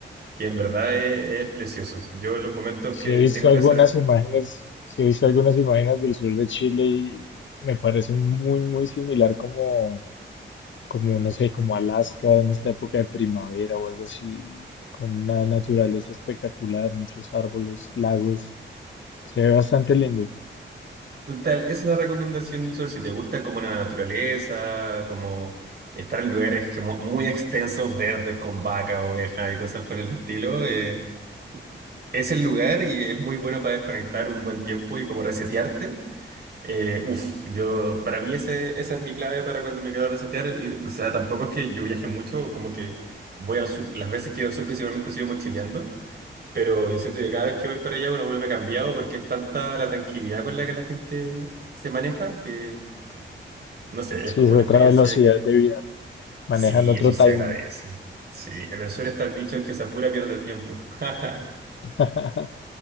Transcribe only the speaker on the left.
sí
he visto
algunas
imágenes, sí he visto algunas imágenes del sur de Chile y me parece muy, muy similar como, como, no sé, como Alaska en esta época de primavera o algo así, con una naturaleza espectacular, muchos árboles, lagos. Se ve bastante lindo.
Sí,
es
otra
velocidad
de vida. Manejan
otro
timing.
<laughs>